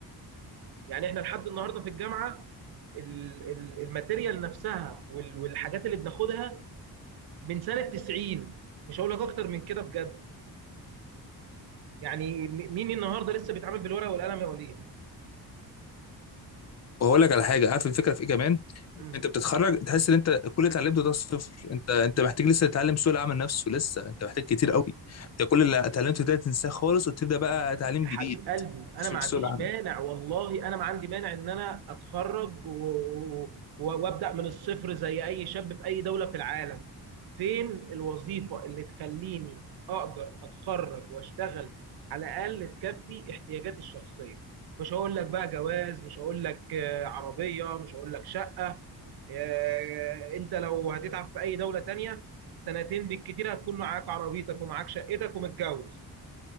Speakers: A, on the right (about 70°); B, on the left (about 40°).
A: يعني احنا لحد النهارده في الجامعه ال- ال- الماتيريال نفسها وال- والحاجات اللي بناخدها من سنه 90 مش هقول لك اكتر من كده بجد يعني م- مين النهارده لسه بيتعامل بالورقه والقلم يا وليد
B: واقول لك على حاجه عارف الفكره في ايه كمان
A: مم.
B: انت بتتخرج تحس ان انت كل اللي اتعلمته ده صفر انت انت محتاج لسه تتعلم سوق العمل نفسه لسه انت محتاج كتير قوي انت كل اللي اتعلمته ده تنساه خالص وتبدا بقى تعليم
A: يا حبيب
B: جديد
A: قلبي انا
B: عشان
A: ما عنديش
B: في سوق العمل
A: مانع والله انا ما عندي مانع ان انا اتخرج و... و... وابدا من الصفر زي اي شاب في اي دوله في العالم فين الوظيفه اللي تخليني اقدر اتخرج واشتغل على الاقل تكفي احتياجاتي الشخصيه مش هقول لك بقى جواز مش هقول لك آه، عربيه مش هقول لك شقه آه، انت لو هتتعب في اي دوله تانية سنتين بالكتير هتكون معاك عربيتك ومعاك شقتك ومتجوز